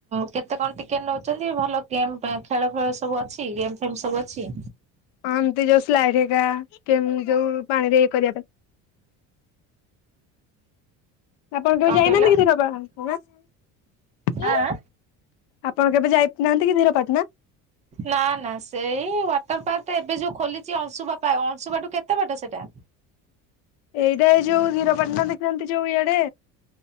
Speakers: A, on the right; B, on the left.
A: କେତେ କଣ ଟିକେଟ ନେଉଛନ୍ତି ଭଲ ଗେମ୍ ଖେଳ ଫେଳ ସବୁ ଅଛି ଗେମ୍ ଫେମ ସବୁ ଅଛି
B: ଏମତି ଯୋଉ ସ୍ଲାଇଡ ହେରିକା ଯେମତି ଯୋଉ ପାଣିରେ କରିବା ପାଇଁ ଆପଣ କେବେ
A: କଣ
B: ଯାଇନାହାନ୍ତି
A: କହିଲ
B: କେବେ ୱାଟର ପାର୍କ
A: ଆଁ?
B: ଆପଣ କେବେ ଯାଇନାହାନ୍ତି କି ଧୀରପାଟଣା
A: ନା ନା ସେଇ ୱାଟର ପାର୍କଟା ଏବେ ଯୋଉ ଖୋଲିଛି ଅଂଶୁପା ଟା ଅଂଶୁପା ଠୁ କେତେ ବାଟ ସେଇଟା
B: ଏଇଟା ଏ ଯୋଉ ହୀରପାଟଣା ଦେଖିନାହାନ୍ତି ଯୋଉ ଇଆଡେ